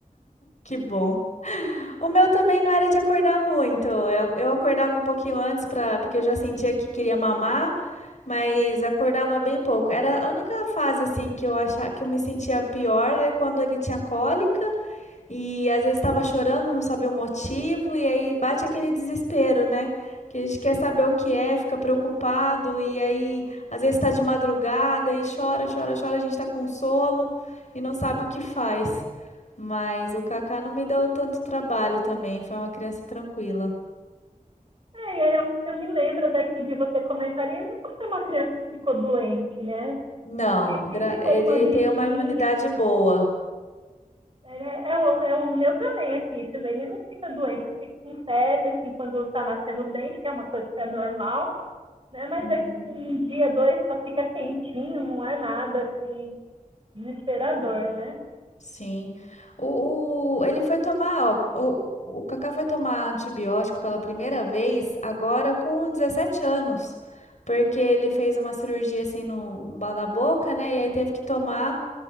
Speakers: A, on the left; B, on the right.
A: Que bom. O meu também não era de acordar muito. Eu, eu acordava um pouquinho antes para, porque eu já sentia que queria mamar, mas acordava bem pouco. Era a única fase assim que eu achava que eu me sentia pior é quando ele tinha cólica. E às vezes estava chorando, não sabia o motivo, e aí bate aquele desespero, né? Que a gente quer saber o que é, fica preocupado, e aí às vezes está de madrugada e chora, chora, chora, a gente está com sono e não sabe o que faz. Mas o Kaká não me deu tanto trabalho também, foi uma criança tranquila.
B: É, eu, eu me lembro até que de você comentar ali, eu nunca fui uma criança que ficou doente, né?
A: Não,
B: Assim,
A: gra-
B: sempre
A: ele
B: foi uma gripinha,
A: tem uma imunidade boa.
B: Ele é, é o, é o meu também aqui, você vê, ele não fica doente, fica com febre, assim, quando tá nascendo o dente, que é uma coisa que é normal, né? Mas
A: Uhum.
B: é tipo um dia, dois, só fica quentinho, não é nada, assim, desesperador, né?
A: Sim. O, o- ele foi tomar, ó, o, o Kaká foi tomar antibiótico pela primeira vez agora com 17 anos, porque ele fez uma cirurgia assim no, na boca, né? E aí teve que tomar,